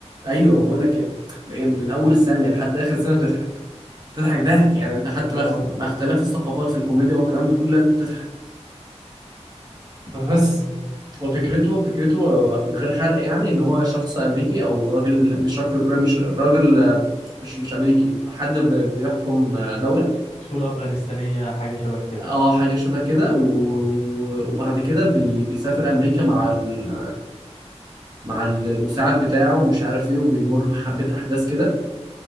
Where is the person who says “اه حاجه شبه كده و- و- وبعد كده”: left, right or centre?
Right